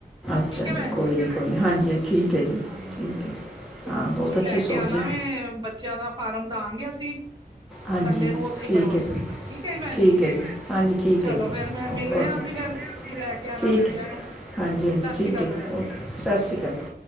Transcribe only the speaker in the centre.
ਅੱਛਾ ਜੀ,
ਕੋਈ ਨੀ ਕੋਈ ਹਾਂਜੀ ਠੀਕ ਐ ਜੀ
ਠੀਕ ਐ ਜੀ।
ਹਾਂ
ਬਹੁਤ
ਅੱਛੀ
ਸੋਚ
ਹੈ
ਹਾਂਜੀ
ਠੀਕ
ਹੈ
ਜੀ
ਠੀਕ
ਹੈ ਹਾਂਜੀ। ਠੀਕ
ਹੈ ਜੀ
ਓਕੇ
ਜੀ
ਠੀਕ
ਹੈ
ਹਾਂਜੀ ਹਾਂਜੀ,
ਠੀਕ
ਐ
ਓਕੇ ਸਤਿ ਸ਼੍ਰੀ ਅਕਾਲ।